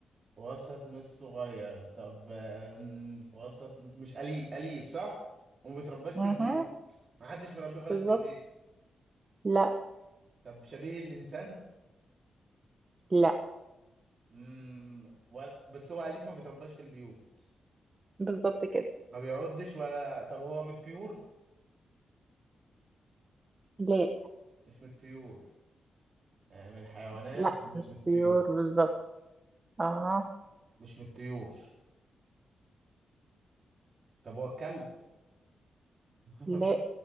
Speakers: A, on the right; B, on the right.
A: وسط مش صغير طب آه، وسط مش أليف أليف صح؟ وما بيترباش في
B: اها
A: البيوت ما حدش مربيه خالص
B: بالظبط
A: في البيت
B: لا
A: طب شبيه الإنسان؟
B: لا
A: مم. ولا بس هو أليف ما بيترباش في البيوت
B: بالظبط كده
A: ما بيعضش ولا طب هو من الطيور؟
B: لا
A: مش من الطيور يعني من الحيوانات
B: لا
A: مش
B: مش
A: من الطيور
B: طيور بالظبط اها
A: مش من الطيور طب هو الكلب؟ <laughs> ما
B: لا
A: في